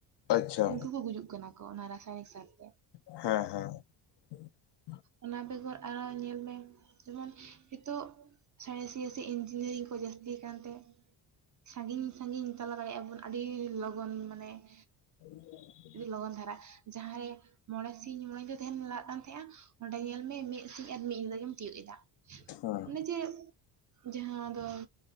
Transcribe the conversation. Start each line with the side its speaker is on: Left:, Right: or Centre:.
Left: ᱟᱪᱪᱷᱟ
Right: ᱩᱱᱠᱩ ᱠᱚ ᱜᱩᱡᱩᱜ ᱠᱟᱱᱟ ᱠᱚ, ᱚᱱᱟ ᱨᱟᱥᱟᱭᱚᱱᱤᱠ ᱥᱟᱨ ᱛᱮ।
Left: ᱦᱮᱸ <inaudible>
Right: ᱚᱱᱟ ᱵᱮᱜᱚᱨ ᱟᱨ ᱧᱮᱞ ᱢᱮ, ᱡᱮᱢᱚᱱ ᱦᱮᱸᱛᱳᱜ ᱼᱼ ᱥᱟᱬᱮᱥᱤᱭᱟᱹ ᱥᱮ ᱤᱧᱡᱤᱱᱤᱭᱟᱨᱤᱝ ᱠᱚ ᱡᱟᱹᱥᱛᱤ ᱠᱟᱱᱛᱮ ᱼᱼ ᱥᱟᱺᱜᱤᱧ ᱥᱟᱺᱜᱤᱧ ᱛᱟᱞᱟ ᱫᱟᱲᱮᱭᱟᱜᱼᱟ ᱵᱚᱱ ᱟᱹᱰᱤ ᱞᱚᱜᱚᱱ ᱢᱟᱱᱮ ᱼᱼ
Left: <inaudible>
Right: ᱟᱹᱰᱤ ᱞᱚᱜᱚᱱ ᱫᱷᱟᱨᱟ। ᱡᱟᱦᱟᱸ ᱨᱮ ᱢᱚᱬᱮ ᱥᱤᱧ ᱢᱚᱬᱮ ᱧᱤᱫᱟᱹ ᱛᱟᱦᱮᱱ ᱞᱟᱜᱟᱜ ᱠᱟᱱ ᱛᱟᱦᱮᱸᱜᱼᱟ ᱱᱚᱸᱰᱮ ᱧᱮᱞ ᱢᱮ, ᱢᱤᱫ ᱥᱤᱧ ᱟᱨ ᱢᱤᱫ ᱧᱤᱫᱟᱹ ᱜᱮᱢ ᱛᱤᱭᱳᱜ ᱮᱫᱟ,
Left: ᱦᱮᱸ
Right: ᱚᱱᱮ ᱡᱮ ᱼᱼ ᱡᱟᱦᱟᱸ ᱫᱚ